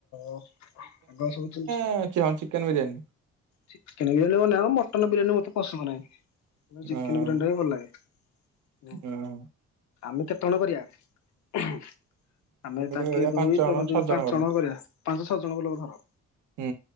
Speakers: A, on the left (about 65°); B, on the right (about 75°).
A: ଆଗ ସବୁ ଚୁନ୍
B: <unintelligible> ଚିକେନ୍ ବିରିୟାନୀ।
A: ଚିକେନ୍ ବିରିୟାନୀ ବନେଇବ ମଟନ ବିରିୟାନୀ ମତେ ପସନ୍ଦ ନାହିଁ। ଚିକେନ୍
B: ହଁ
A: ବିରିୟାନୀଟା ବି ଭଲ ଲାଗେ।
B: ହଁ
A: ଆମେ କେତେ ବଳେ କରିବା? <inaudible> ଆମେ
B: ଗୋଟେ
A: ତାଙ୍କେ
B: କରିବା
A: ଦୁଇ
B: ପାଞ୍ଚ ଜଣ
A: ତମେ
B: ଛଅ
A: ଦୁଇ ପାଞ୍ଚ
B: ଜଣଙ୍କର
A: ଜଣ କରିବା ପାଞ୍ଚ ଛଅ ଜଣଙ୍କ ଲୋକ ଧର।
B: ହୁଁ।